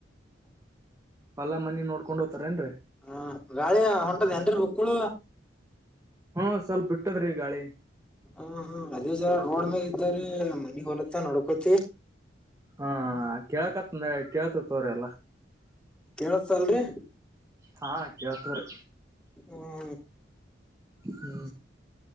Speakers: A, on the right (about 15°); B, in the centre.
A: ಅಲ್ಲ ಮನಿ ನೋಡ್ಕೊಂಡು ಹೋಗ್ತಾರೇನ್ರಿ
B: ಹ ಗಾಳಿ ಹೊಂಟದ ಏನ್ರಿ ಬುಕ್ಕುಳ
A: ಹ್ಮ ಸ್ವಲ್ಪ ಬಿಟ್ಟದ್ರೀ ಗಾಳಿ
B: ಹ ಹಾ ಅದೇ ಜರ ರೋಡ್ ಮೇ ಇದ್ದಾರೆ ಮನಿ ಹೊಲತ್ತ ನಡ್ಕೋತಿ
A: ಹಾ ಕೇಳಕತ್ ಕೇಳತ ತೋರ ಅಲ್ಲಾ
B: ಇವತ್ತು ಸಂಡೆ
A: ಹಾ ಕೇಳುತ್ತಾರೆ
B: ಹ್ಮ
A: ಹ್ಮ